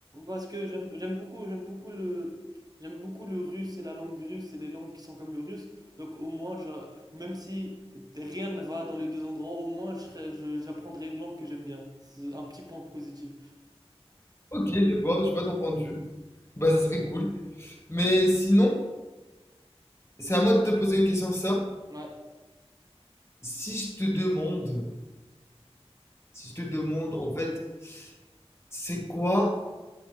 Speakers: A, on the right (about 35°); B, on the left (about 25°).
A: Parce que j'aime j'aime beaucoup j'aime beaucoup le j'aime beaucoup le russe et la langue russe et les langues qui sont comme le russe. Donc au moins je, même si rien ne va dans les deux endroits, au moins je serai- je- j'apprendrai une langue que j'aime bien. C'est un petit point positif.
B: Ok, je vois, je vois ton point de vue. Bah, ça serait cool. Mais sinon, c'est à moi de te poser une question, ça.
A: Ouais.
B: Si je te demande, si je te demande, en fait, c'est quoi